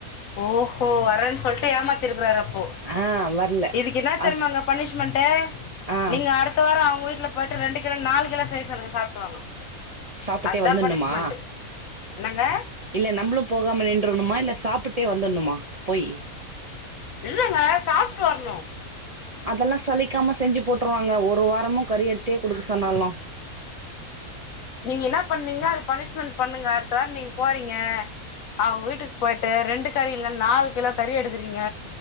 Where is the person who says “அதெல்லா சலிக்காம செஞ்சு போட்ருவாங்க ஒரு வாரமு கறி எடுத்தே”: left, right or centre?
Right